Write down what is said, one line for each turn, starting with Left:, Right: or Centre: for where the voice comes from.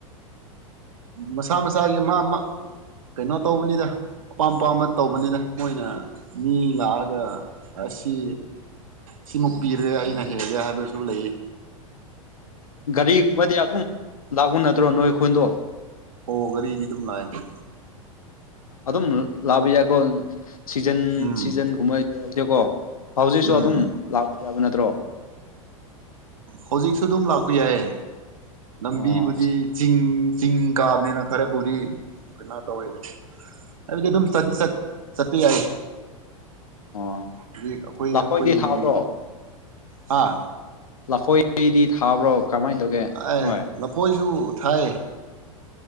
Right: ꯃꯁꯥ ꯃꯁꯥꯒꯤ ꯃꯥ ꯀꯩꯅꯣ ꯇꯧꯕꯅꯤꯗ ꯑꯄꯥꯝ ꯑꯄꯥꯝꯕ ꯇꯧꯕꯅꯤꯗ ꯃꯣꯏꯅ ꯃꯤ ꯂꯥꯛꯑꯒ ꯑꯁꯤ ꯁꯤꯃꯨꯛ ꯄꯤꯔꯦ ꯑꯩꯅ ꯍꯦꯛꯒꯦ ꯍꯥꯏꯕꯁꯨ ꯂꯩꯌꯦ
Left: ꯒꯥꯔꯤꯒꯨꯝꯕꯗꯤ ꯑꯗꯨꯝ ꯂꯥꯛꯄ ꯅꯠꯇ꯭ꯔꯣ ꯅꯣꯏ ꯈꯨꯟꯗꯣ
Right: ꯍꯣ ꯒꯔꯤꯗꯤ ꯗꯨꯝ ꯂꯥꯛꯑꯦ
Left: ꯑꯗꯨꯝ ꯂꯥꯛꯕ ꯌꯥꯏꯀꯣ ꯁꯤꯖꯟ
Right: ꯎꯝ
Left: ꯁꯤꯖꯟꯒꯨꯝꯕ ꯌꯥꯎꯗꯦꯀꯣ ꯍꯧꯖꯤꯛꯁꯨ
Right: ꯎꯝ
Left: ꯑꯗꯨꯝ ꯂꯥꯛꯄ ꯌꯥꯕ ꯅꯠꯇ꯭ꯔꯣ
Right: ꯍꯧꯖꯤꯛꯁꯨ ꯑꯗꯨꯝ ꯂꯥꯛꯄ ꯌꯥꯏꯌꯦ ꯂꯝꯕꯤꯕꯨꯗꯤ
Left: ꯑꯣ
Right: ꯆꯤꯡ ꯆꯤꯡ ꯀꯥꯕꯅꯤꯅ ꯈꯔ ꯄꯨꯗꯤ ꯀꯩꯅꯣ ꯇꯧꯋꯦ ꯑꯩ ꯗꯤ ꯗꯨꯝ ꯆꯠ ꯇꯤ ꯆꯠ ꯆꯠꯄ ꯌꯥꯏ
Left: ꯑꯣ
Right: ꯍꯧ ꯑꯩꯈꯣꯏ
Left: ꯂꯐꯣꯏꯗꯤ
Right: ꯑꯩꯈꯣꯏꯒꯤ
Left: ꯊꯥꯕ꯭ꯔꯣ
Right: ꯍꯥꯥ
Left: ꯂꯐꯣꯏꯗꯤ ꯊꯥꯕ꯭ꯔꯣ ꯀꯃꯥꯏꯅ ꯇꯧꯒꯦ
Right: ꯑꯥꯏ
Left: ꯅꯣꯏ
Right: ꯂꯐꯣꯏꯁꯨꯨ ꯊꯥꯏꯌꯦ